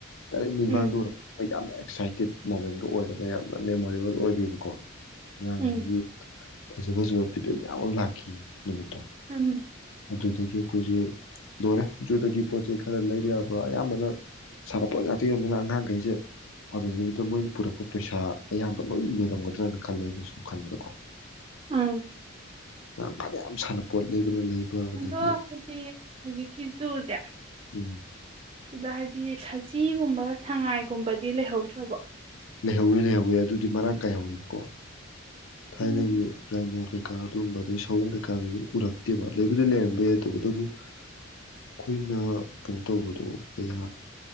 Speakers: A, on the left; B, on the right.
A: ꯗꯥꯏꯔꯦꯛ ꯃꯤꯠꯃꯥꯡꯗ
B: ꯎꯝ
A: ꯎꯔꯛꯄꯗ ꯃꯣꯏꯗ ꯌꯥꯝꯅ ꯑꯦꯛꯁꯥꯏꯇꯦꯠ ꯃꯣꯃꯦꯟꯒ ꯑꯣꯏꯔꯒ ꯌꯥꯝꯅ ꯃꯦꯃꯣꯔꯦꯕꯜ ꯑꯣꯏꯒꯤꯕꯀꯣ ꯉꯥꯡꯉꯩꯗꯒꯤ
B: ꯎꯝ
A: ꯐꯖ ꯐꯖꯕ ꯐꯤꯗꯕꯦꯛ ꯃꯌꯥꯝ ꯑꯃ ꯂꯥꯛꯈꯤꯑꯦ ꯅꯨꯃꯤꯠꯇꯣ
B: ꯎꯝ
A: ꯑꯗꯨꯗꯒꯤ ꯑꯩꯈꯣꯏꯁꯦ ꯂꯣꯏꯔꯦ ꯖꯨꯗꯒꯤ ꯄꯣꯠ ꯆꯩ ꯈꯔ ꯂꯩꯕ ꯌꯥꯕ ꯑꯌꯥꯝꯕꯅ ꯁꯥꯟꯅꯄꯣꯠ ꯉꯥꯛꯇ ꯌꯣꯟꯕꯅꯤꯅ ꯑꯉꯥꯡꯒꯩꯁꯦ ꯑꯗꯨꯗꯨꯗ ꯃꯣꯏꯅ ꯄꯨꯔꯛꯄ ꯄꯩꯁꯥ ꯑꯌꯥꯝꯕ ꯂꯣꯏ ꯂꯣꯏꯔꯝꯒꯗ꯭ꯔꯅ ꯈꯜꯂꯦ ꯑꯩꯅꯁꯨ ꯁꯨꯝ ꯈꯟꯕꯗꯀꯣ
B: ꯎꯝ
A: ꯐꯅꯌꯥꯝ ꯁꯅꯄꯣꯠ ꯂꯩꯕꯅ ꯂꯩꯕ ꯑꯗꯒꯤ
B: ꯑꯗꯣ ꯍꯧꯖꯤꯛ ꯍꯧꯖꯤꯛꯀꯤ ꯖꯨꯁꯦ
A: ꯎꯝ
B: ꯁꯤꯗ ꯍꯥꯏꯗꯤ ꯁꯖꯤꯒꯨꯝ ꯕ ꯁꯉꯥꯏꯒꯨꯝꯕꯗꯤ ꯂꯩꯍꯧꯗ꯭ꯔꯕꯣ
A: ꯂꯩꯍꯧꯋꯤ ꯂꯩꯍꯧꯋꯤ ꯑꯗꯨꯗꯤ ꯃꯔꯥꯡ ꯀꯥꯏꯍꯧꯋꯦꯕꯀꯣ ꯊꯥꯏꯅ
B: ꯎꯝ
A: ꯒꯤ ꯔꯥꯏꯅꯣꯡ ꯀꯩ ꯀꯩꯀꯥ ꯑꯗꯨꯝꯕ ꯑꯗꯒꯤ ꯁꯑꯣꯝ ꯀꯩꯀꯥꯒꯤ ꯎꯔꯛꯇꯦꯕ ꯂꯩꯕꯗꯤ ꯂꯩꯔꯝꯕ ꯌꯥꯏ ꯇꯧꯕꯇꯕꯨ ꯑꯩꯈꯣꯏꯅ ꯀꯩꯅꯣ ꯇꯧꯕꯗꯣ ꯀꯌꯥ